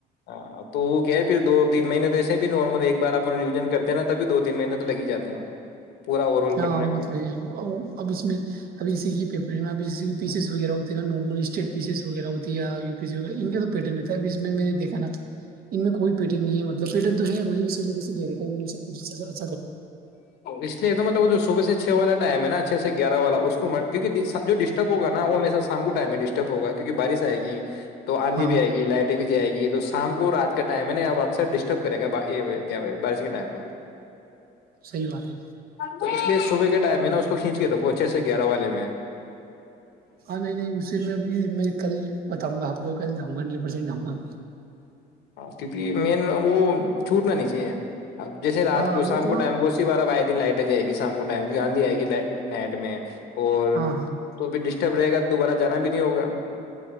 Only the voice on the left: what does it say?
ہاں تو وہ کہ پھر دو تین مہینے تو ایسے بھی نارمل ایک بار اپ ریوژن کرتے ہیںا تبھی دو تین مہینے تو لگ ہی جاتے ہیں پورا اوور آل
پڑھنے میں
اس لیے مطلب وہ جو صبح سے چھ والا ٹائم ہے نا چھ سے گیارہ والا اس کو کیک جو ڈسٹرب ہوگ نا وہ میرےا شام کو ٹائم میں ڈسٹرب ہوگا کیکہ بارش آئے گی تو آندھی
بھی آئے گی لائٹیں بھی جائے گی تو شام کو رات کے ٹائم میں نا اب اکثر ڈسٹرب کرے گا بارش کے ٹائم میں
تو اس لیے صبح کے ٹائم ہے نا اس کو کھینچ کے رو اچھے سے گیارہ والے میں
کیونکہ مین وہ چھوٹ نہا نیچے اب جیسےات
کو
شام
کو ٹائمبوسی بارب آئے لائٹ آ جائے گی شام کو ٹائم کی آندھی آئے گی لائٹ نائٹ میں اور
تو بھی ڈش ٹب رہے گا دوبارہ جانا بھی نہیں ہوگا